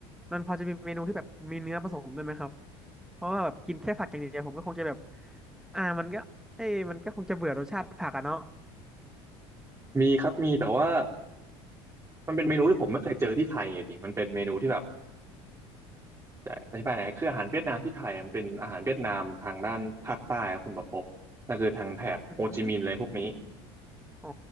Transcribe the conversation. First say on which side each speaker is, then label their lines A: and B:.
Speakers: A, in the centre; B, on the right.
A: มันพอจะมีเมนูที่แบบมีเนื้อผสมด้วยไหมครับเพราะว่าแบบกินแค่ผักอย่างเดียวผมก็คงจะแบบอ่ามันก็เอ้ยมันก็คงจะเบื่อรสชาติผักอะเนาะ
B: มีครับมีแต่ว่ามันเป็นเมนูที่ผมไม่เคยเจอที่ไทยอะดิมันเป็นเมนูที่แบบจะอธิบายไงคืออาหารเวียดนามที่ไทยอะมันเป็นอาหารเวียดนามทางด้านภาคใต้อะคุณประภพนั่นคือทางแถบโฮจิมินห์อะไรพวกนี้
A: อืมอ๋อ